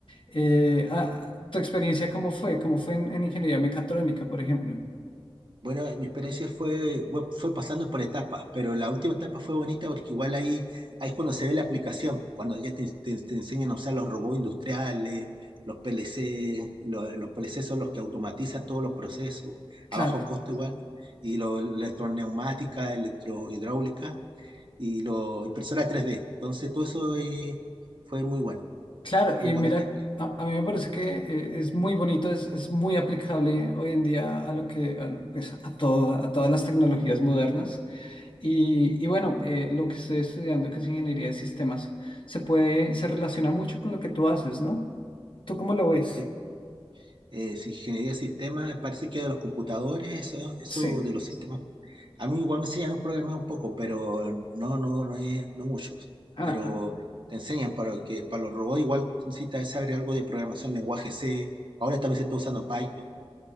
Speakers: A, on the left (about 60°); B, on the right (about 55°).
A: Eh, ah, ¿tu experiencia cómo fue? ¿Cómo fue en en ingeniería mecatrónica, por ejemplo?
B: Bueno, mi experiencia fue, fue fue pasando por etapas, pero la última etapa fue bonita porque igual ahí, ahí es cuando se ve la aplicación, cuando ya te, te- te enseñan a usar los robots industriales, los PLC, lo- los, PLC son los que automatizan todos los procesos,
A: Claro.
B: a bajo costo igual, y lo, electroneumática, electrohidráulica y lo, impresora 3D. Entonces todo eso eh, fue muy bueno,
A: Claro,
B: muy
A: y
B: bonita
A: mira,
B: experiencia.
A: a, a mí me parece que eh, es muy bonito, es, es muy aplicable hoy en día a lo que, a, lo- pues, a todo, a todas las tecnologías modernas. Y, y bueno, eh, lo que estoy estudiando, que es ingeniería de sistemas, se puede, se relaciona mucho con lo que tú haces, ¿no? ¿Tú cómo lo ves?
B: sí. Eh, si ingeniería de sistemas, parece que de los computadores, eso, eso
A: Sí.
B: de los sistemas A mí igual me enseñan un programar un poco, pero no, no, no es, no mucho.
A: Ah,
B: Pero
A: ah,
B: te enseñan para que para los robots igual necesitas saber algo de programación, lenguaje C. Ahora también se está usando Python.